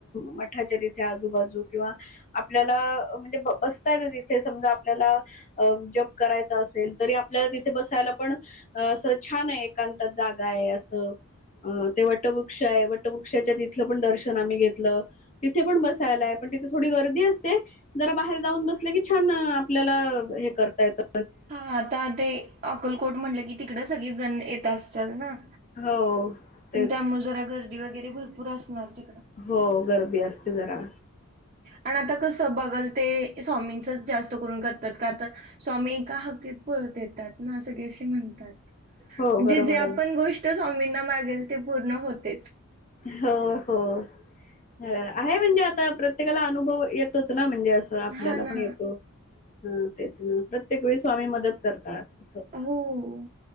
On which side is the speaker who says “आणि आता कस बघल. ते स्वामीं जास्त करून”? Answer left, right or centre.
Right